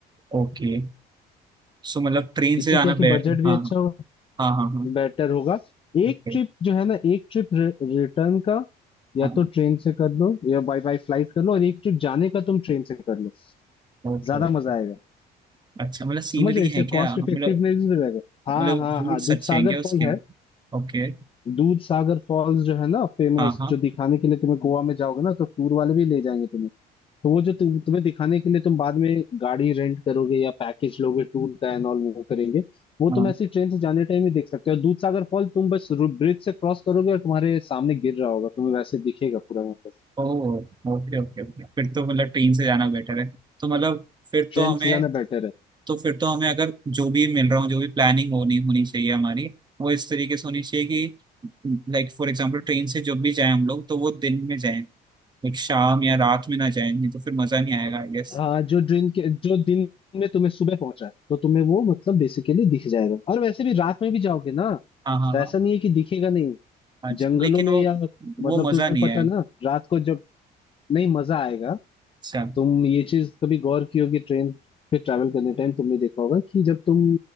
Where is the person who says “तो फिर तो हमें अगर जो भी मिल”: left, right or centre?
Right